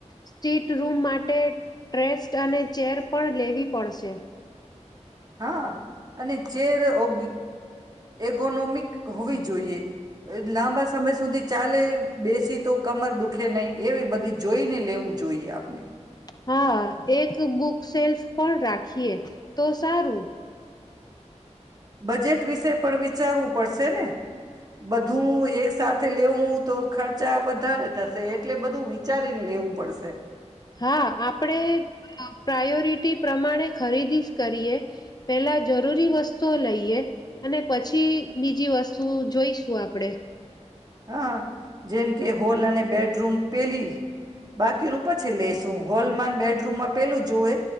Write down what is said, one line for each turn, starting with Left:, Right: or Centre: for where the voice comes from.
Left: સ્ટ્રીટ રૂમ માટે ડ્રેસ્ક અને ચેર પણ લેવી પડશે.
Right: હા. અને ચેર ઓગી. એગોનોમિક હોવી જોઈએ લાંબા સમય સુધી. ચાલે બેસી તો કમર દુખે નહીિ એવી બધી જોઈ ને લેવું જોઈએ આપને.
Left: હા એક બુક સેલ્ફ પણ રાખીએ તો સારું.
Right: બજેટ વિશે પણ વિચાર. વિચારવું પડશે ને. બધું એક સાથે લેવું તો ખર્ચા વધારે થશે. એટલે બધું વિચારીને લેવું પડશે.
Left: હા આપણે પ્રાયોરિટી પ્રમાણે. ખરીદી કરીએ પેલા જરૂરી વસ્તુઓ લઈએ અને પછી બીજી વસ્તુ જોઈશું આપણેે.
Right: હા જેમ કે હોલ અને બેડરૂમ પેલી. બાકીનુંું પછી લઈેશ. ું હોલ માં બેડરૂમમાં પેલું જોુવે